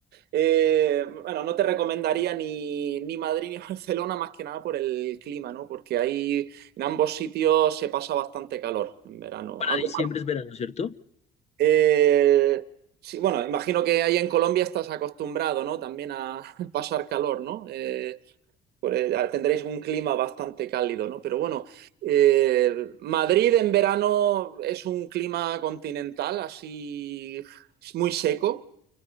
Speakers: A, on the right (about 70°); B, on the left (about 40°).
A: eh, bueno, no te recomendaría ni, ni Madrid ni <laughs> Barcelona más que nada por el clima, ¿no? Porque ahí en ambos sitios se pasa bastante calor en verano.
B: Para
A: Aunque,
B: diciembre es verano, ¿cierto?
A: eh, sí, bueno, imagino que ahí en Colombia estás acostumbrado, ¿no? También a <laughs> pasar calor, ¿no? Eh, por el- tendréis un clima bastante cálido, ¿no? Pero bueno, eh, Madrid en verano es un clima continental, así es muy seco.